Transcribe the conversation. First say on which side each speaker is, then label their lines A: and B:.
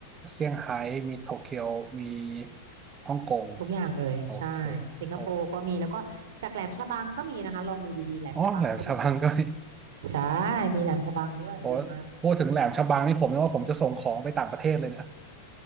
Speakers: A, on the right; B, on the right.
A: เซี่ยงไฮ้มีโตเกียวมีฮ่องกง
B: ทุกอย่างเลยใช่
A: โอเค
B: สิงคโปร์ก็มีแล้วก็จากแหลมฉบังก็มีนะคะลองดูดีๆแหลมฉบังก็มี
A: โอ้อ๋อแหลมฉบังก็มี
B: ใช่มีแหลมฉบังด้วยเลิศมาก
A: โอ้พูดถึงแหลมฉบังนี่ผมนึกว่าผมจะส่งของไปต่างประเทศเลยเนี่ย